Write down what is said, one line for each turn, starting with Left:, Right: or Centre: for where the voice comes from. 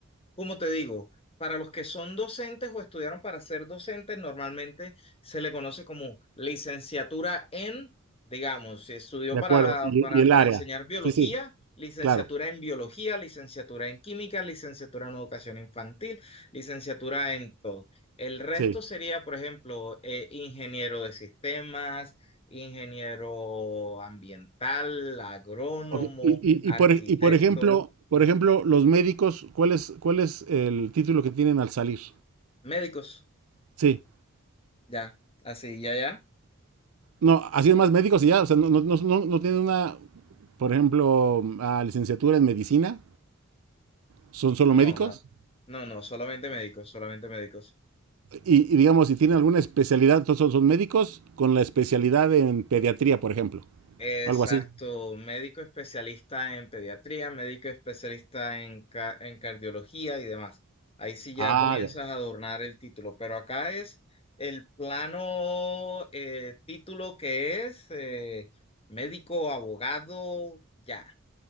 Left: Como te digo, para los que son docentes o estudiaron para ser docentes, normalmente se le conoce como licenciatura en, digamos, si estudió
Right: De
Left: para,
Right: acuerdo, y,
Left: para,
Right: y el
Left: para
Right: área.
Left: enseñar biología,
Right: Sí, sí,
Left: licenciatura
Right: claro,
Left: en biología, licenciatura en química, licenciatura en educación infantil, licenciatura en todo. El resto
Right: sí.
Left: sería, por ejemplo, eh, ingeniero de sistemas, ingeniero ambiental, agrónomo,
Right: Ok, Y, y-
Left: arquitecto,
Right: y por, y por ejemplo, por ejemplo, los médicos, ¿cuál es, cuál es el título que tienen al salir?
Left: médicos,
Right: Sí.
Left: ya, así, ya, ya.
Right: No, así es más médicos y ya, o sea, no, no, no, no- no tienen una, por ejemplo, ah, licenciatura en medicina, son solo
Left: No,
Right: médicos.
Left: no, no, no, solamente médicos, solamente médicos.
Right: Y, y digamos, si tienen alguna especialidad, entonces son, son médicos con la especialidad en pediatría, por ejemplo,
Left: Exacto,
Right: algo así.
Left: médico especialista en pediatría, médico especialista en, ca- en cardiología y demás. Ahí sí ya
Right: Ah,
Left: comienzas
Right: ya.
Left: a adornar el título, pero acá es el plano eh, título que es eh, médico, abogado, ya.